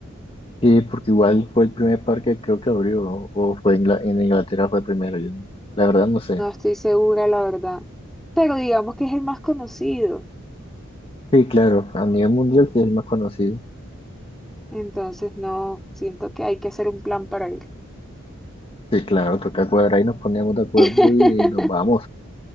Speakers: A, on the left (about 25°); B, in the centre.
A: Sí, porque igual fue el primer parque que creo que abrió, o o fue en, en Inglaterra fue primero, yo no- la verdad no sé.
B: No estoy segura, la verdad. Pero digamos que es el más conocido.
A: Sí, claro, a nivel mundial sí es el más conocido.
B: Entonces, no, siento que hay que hacer un plan para ir.
A: Sí, claro, toca cuadrar y nos ponemos de acuerdo
B: <laughs>
A: y, nos vamos.